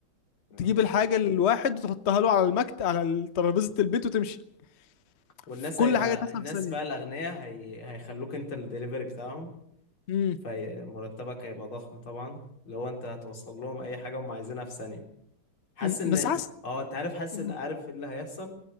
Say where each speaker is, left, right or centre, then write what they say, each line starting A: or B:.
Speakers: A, on the left; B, on the left.
A: اه
B: تجيب الحاجه للواحد وتحطها له على المكت على ترابيزه البيت وتمشي
A: والناس
B: في كل
A: هيبقى
B: حاجه تحصل
A: الناس
B: في ثانيه
A: بقى الاغنياء هي... هيخلوك انت الدليفري بتاعهم
B: امم
A: فمرتبك هيبقى ضخم طبعا لو انت هتوصل لهم اي حاجه هم عايزينها في ثانيه حاسس
B: أمم.
A: ان
B: بس حاسس
A: اه انت عارف حاسس
B: <laughs>
A: عارف إيه اللي هيحصل